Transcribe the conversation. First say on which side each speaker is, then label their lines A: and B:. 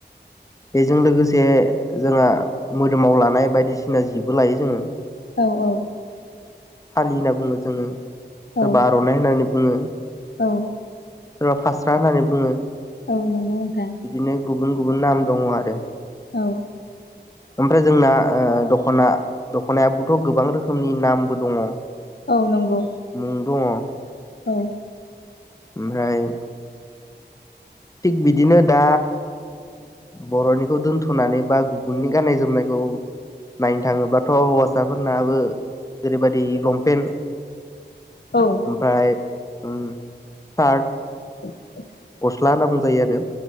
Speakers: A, on the left (about 20°); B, on the left (about 65°).
A: बेजों लोगोसे जोंहा मोदोमाव लानाय बायदिसिना जिबो लायो जोङो
B: औ औ
A: फालि होनना बुङो जोङो सोरबा
B: औ
A: आर'नाइ होननानै बुङो
B: औ
A: सोरबा फास्रा होननानै बुङो
B: औ नंगौ नोंथां।
A: बिदिनो गुबुन गुबुन नाम दङ आरो।
B: औ।
A: ओमफ्राय जोंना दख'ना दख'नायाबोथ' गोबां रोखोमनि नामबो दङ।
B: औ नंगौ।
A: मुं <inaudible>
B: औ।
A: ओमफ्राय थिग बिदिनो दा बर'निखौ दोनथ'नानै बा गुबुननि गाननाय जोमनायखौ नायनो थाङोब्ला गथ' हौवासाफोरनाबो जेरैबायाददि लंपेन्ट
B: औ
A: ओमफाय उम सार्थ
B: <inaudible>
A: गस्ला होनना बुंजायो आरो।